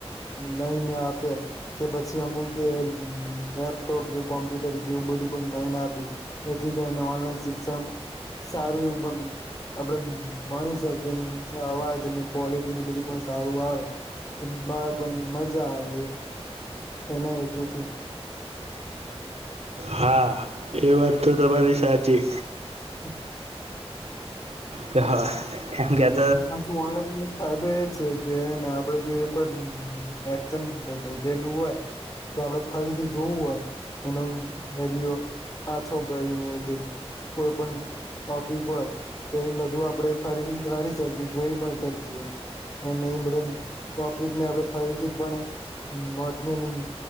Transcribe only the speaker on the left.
નઈને આપએ કે પછી અમુક કે લેપટોપ કે કોમ્પ્યુટર જેવું બધું પણ લઈને આપ્યું. જેથી કરીને ઓનલાઈન શિક્ષણ સારું આપણે માણી શકીએ એ અવાજને ક્વોલિટીને બધું પણ સારું આવે. બાળકોને મજા આવે એના હેતુથી
<unintelligible>
પછી ઓનલાઈન મેગ ફાયદો એ છે કે હેને આપડે જો એક વાર એશન લીધેલું હોય તો આપડે ફરીથી જોવું હોય એનો રડિયો હ છોકરીને કે કોઈ પણ ઓપીક હોય તો એને બધું આપડે ફરીથી ખ શકી જોઈ પણ શકીએ અને એ બધા ટોપિકને આપણેે ફરીથી પણ હમ વટની અંદ